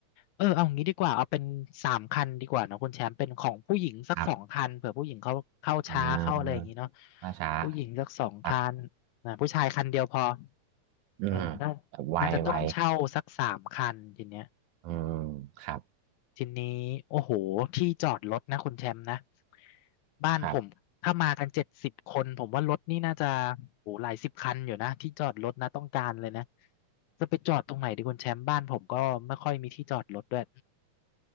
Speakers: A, on the left; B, on the right.
A: เออเอางี้ดีกว่าเอาเป็นสามคันดีกว่าเนอะคุณแชมป์เป็นของผู้หญิงสักสองคันเผื่อผู้หญิงเขาเข้าช้าเข้าอะไรอย่างงี้เนาะ
B: <laughs> ครับอ่าช้าช้า
A: ผู้หญิงสักสองคัน
B: ครับ
A: นะผู้ชายคันเดียวพอ
B: อืม
A: เออน่า
B: แบบไวไว
A: น่าจะต้องเช่าสักสามคันทีเนี้ย
B: อืมครับ
A: ทีนี้โอ้โหที่จอดรถนะคุณแชมป์นะบ้านผมถ้ามากันเจ็ดสิบคนผมว่ารถนี่น่าจะ
B: ครับ
A: โอ้โหหลายสิบคันอยู่นะที่จอดรถนะต้องการเลยนะจะไปจอดตรงไหนดีคุณแชมป์บ้านผมก็ไม่ค่อยมีที่จอดรถด้วย